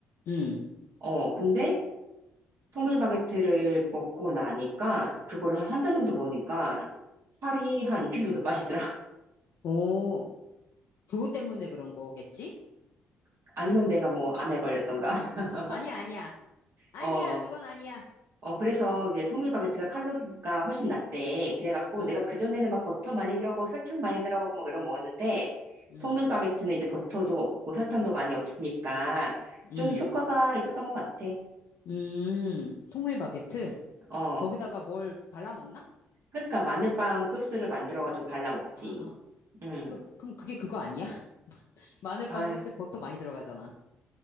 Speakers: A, on the left; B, on the right.
A: 음.
B: 어, 근데 통밀 바게트를 먹고 나니까 그걸 한 한 달 정도 먹으니까 살이 한 2kg 정도 빠지더라.
A: 오, 그것 때문에 그런 거겠지?
B: <laughs> 아니면 내가 뭐 암에 걸렸던가. <laughs>
A: 아니야, 아니야. 아니야,
B: 어,
A: 그건 아니야.
B: 어, 그래서 이 통밀바게트가 칼로리가 훨씬 낮대. 그래갖고
A: 음,
B: 내가 그전에는 막 버터 많이 들어가고 설탕 많이 들어가고 막 이런 거 먹었는데
A: 음,
B: 통밀바게트는 이제 버터도 없고 설탕도 많이 없으니까
A: 음,
B: 좀 효과가 있었던 것 같아.
A: 음. 통밀 바게트?
B: 어.
A: 거기다가 뭘 발라 먹나?
B: 그러니까 마늘빵 소스를 만들어가지고 발라 먹지.
A: 아, 어.
B: 음.
A: 그, 그럼 그게 그거 아니야? <laughs> 마늘빵
B: 아,
A: 소스에 버터 많이 들어가잖아.